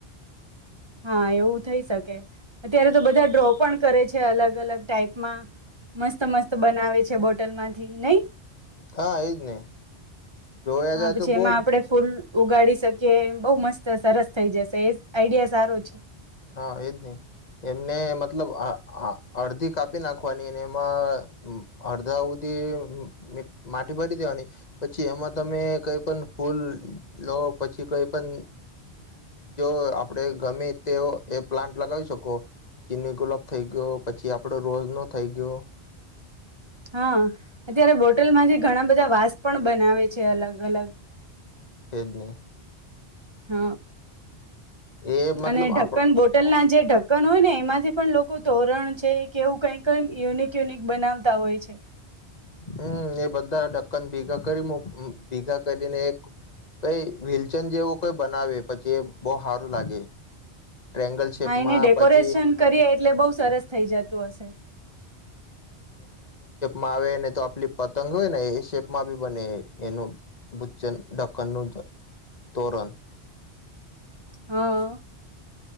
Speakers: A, on the right (about 25°); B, on the left (about 40°).
A: હા એવું થઇ શકે. કે અત્યારે તો બધા ડ્રો પણ કરે છે અલગ-અલગ ટાઈપમાં મસ્ત-મસ્ત બનાવે છે બોટલમાંથી નહીં?
B: હા એજ ને જોયા
A: હા
B: જાય
A: પછી
B: તો બહુ
A: એમાં આપણે ફૂલ ઉગાડી શકીએ બહુ મસ્ત સરસ થઈ જશે એ આઈડિયા સારો છે.
B: હા એજ ને એમને એમ મતલબ આ આ અડધી કાપી નાખવાની અને એમાં અડધા ઉધી મી માટી ભરી દેવાની પછી એમાં તમે કઈ પણ ફૂલ લો પછી કઈ પણ જો આપણેે ગમે તેઓ એ પ્લાન્ટ લગાવી શકો ચીની ગુલાબ થઈ ગયો પછી આપડો રોઝ નો થઈ ગયો.
A: હા અત્યારે બોટલમાંથી ઘણા બધા વાસ પણ બનાવે છે અલગ-અલગ.
B: એજને.
A: હ.
B: એ મતલબ
A: અને ઢક્કન
B: આપ
A: બોટલના જે ઢક્કન હોય ને એમાંથી પણ લોકો તોરણ છે કે એવું કઈક કઈક યુનિક યુનિક બનાવતા હોય છે.
B: હમ્મ, એ બધા ઠક્કન ભેગા કરી ભેગા કરીને એક કઈ વિલચન જેવું કઈ બનાવે પછી એ બહુ હારું લાગે. ટ્રેંગલ શેપમાં
A: હા એને ડેકોરેશન
B: પછી
A: કરીએ એટલે બઉ સરસ થઈ જતું હશે.
B: માઆવે ને તો આપલી પતંગ હોય ને એ શેપમાં બી બને એનું ભુચ્ચન ઢક્કનનું તોરણ.
A: હા.